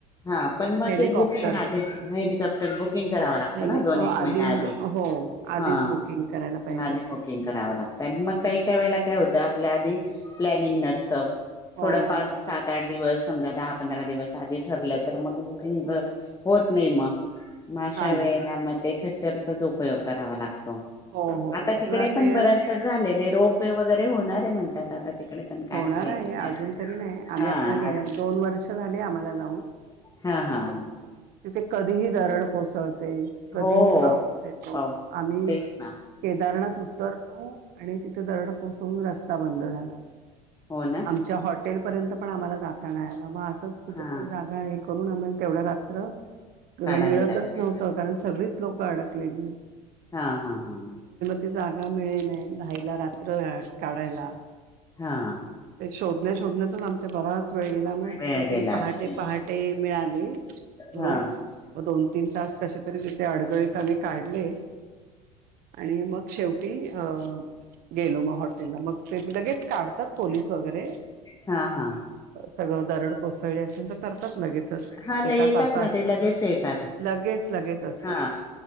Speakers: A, on the left (about 20°); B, on the right (about 60°).
A: हा पण मग
B: हेलिकॉप्टर
A: ते बुकिंग आधी हेलिकॉप्टर बुकिंग करावं लागतं.
B: हेली
A: ना दोन एक महिन्या
B: हो
A: आधी
B: आधीच
A: हा
B: बुकिंग करायला पाहिजे
A: आधी
B: त्याचं
A: बुकिंग करावं लागतं. आणि मग काही
B: असं
A: काही वेळेला काय होतं आपल्या आधी प्लॅनिंग नसतं.
B: हो
A: थोडफार
B: हो
A: सात
B: बरोबर
A: आठ दिवस समजा दहा पंधरा दिवस आधी ठरलं तर मग बुकिंग होत नाही मग म अशा
B: हा
A: वेळेला
B: ना
A: म ख चरचाच उपयोग करावा लागतो.
B: हो हो
A: आता तिकडे
B: किंवा ते
A: पण बरास झालेले रोप पय वगैरे होणारे म्हणतात आता तिकडे पण काय
B: होणार
A: माहिती
B: आहे
A: नाही
B: अजून
A: आता
B: तरी नाही. आम्ही
A: हा
B: आत्ता
A: आज
B: दोन वर्ष झाली. आम्हाला जाऊन
A: हा हा
B: पण तिथ कधीही जा दरड कोसळ कधीही
A: हो
B: पाऊस येतो.
A: पाऊस
B: आम्ही
A: तेच ना
B: केदारनाथ उतरलो आणि तिथे दरड कोसळून रस्ता बंद झाला.
A: हो ना
B: आमच्या हॉट हॉटेल पर्यंत पण आम्हाला जाता नाही आलं. कुठेतरी
A: हा
B: जागा आहे करून आम्हाला तेवढा रात्र मिळतच
A: काढावे लागले
B: नव्हतं कारण सगळीच लोक आडकलेली
A: हा हा हा
B: जागा मिळे नाही रायला रात्र काढायला.
A: हा
B: ते शोधण्या शोधण्यात आमचा बराच वेळ गेला. मग
A: वेळ
B: कुठेतरी
A: गेला
B: पहाटे
A: असेल
B: पहाटे मिळाली रूम
A: हा
B: म दोन तीन तास कश तरी तिथे अडगळीत आम्ही काढले आणि मग शेवटी अ गेलो मग हॉटेलला मग ते लगेच काढतात. पोलिस वगैरे
A: हा हा
B: सगळं दरड कोसळळी असेल तर करतात. लगेच
A: हा ल
B: एका
A: येतात
B: तासा
A: ना ते लगेच येतात
B: लगेच लगेच असतात.
A: हा